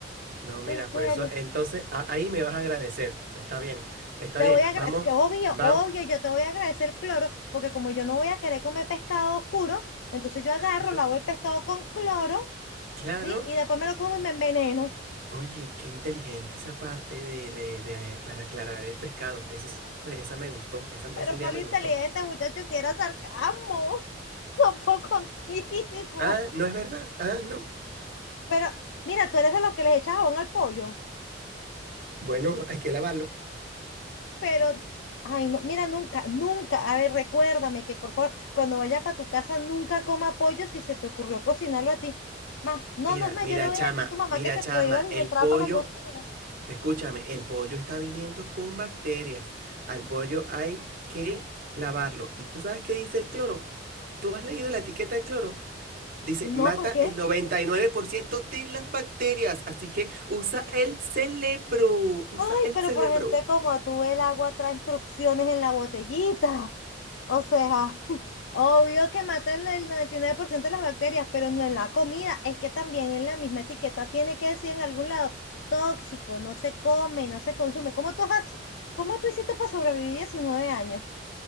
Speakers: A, on the right; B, on the left.
A: No, mira,
B: en serio.
A: por eso, entonces a- ahí me vas a agradecer, está bien, está
B: Te
A: bien,
B: voy a agradecer,
A: vamos,
B: que obvio,
A: vamos.
B: obvio, yo te voy a agradecer el cloro, porque como yo no voy a querer comer pescado oscuro, entonces yo agarro,
A: <laughs>
B: lavo el pescado con cloro,
A: Claro,
B: ¿sí? Y después me lo como y me enveneno.
A: Oye, qué inteligente esa parte de, de, de- eh, para aclarar el pescado. Eso, es- esa me gustó, esa,
B: Pero
A: esa idea
B: cuál
A: me
B: inteligente,
A: gustó.
B: muchacho, si era sarcasmo, <laughs> tampoco contigo.
A: Ah, ¿no es verdad? Ah, no.
B: Pero mira, tú eres de los que les echas jabón al pollo,
A: Bueno, hay que lavarlo.
B: pero, ay, no, mira, nunca, nunca, a ver, recuérdame que por favor, cuando vaya para tu casa, nunca coma pollo si se te ocurrió cocinarlo a ti. Más, no,
A: Mira,
B: no es más,
A: mira,
B: yo le voy
A: chama,
B: a decir a tu mamá
A: mira,
B: que te
A: chama,
B: prohíba la
A: el
B: entrada
A: pollo,
B: para la cocina.
A: escúchame, el pollo está viniendo con bacterias. Al pollo hay que lavarlo. ¿Y tú sabes qué dice el cloro? ¿Tú has leído la etiqueta del cloro? Dice,
B: No,
A: mata
B: ¿para qué?
A: el 99% de las bacterias, así que usa el cerebro, usa
B: Ay,
A: el
B: pero
A: cerebro.
B: por gente como tú, el agua trae instrucciones en la botellita. O sea, <laughs> obvio que matan el 99% de las bacterias, pero no en la comida. Es que también en la misma etiqueta tiene que decir en algún lado, tóxico, no se come, no se consume. ¿Cómo tú has, cómo tú hiciste para sobrevivir 19 años?